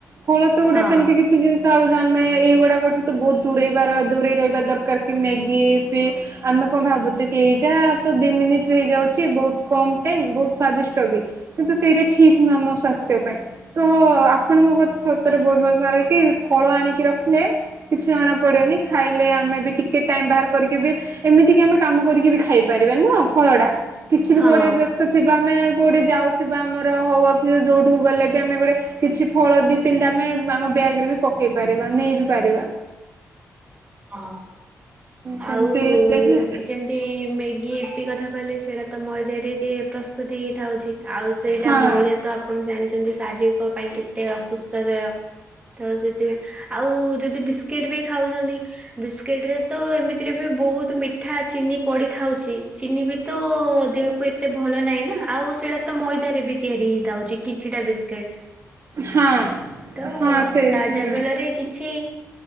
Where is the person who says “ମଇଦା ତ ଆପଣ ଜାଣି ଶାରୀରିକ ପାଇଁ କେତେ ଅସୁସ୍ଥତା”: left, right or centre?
Right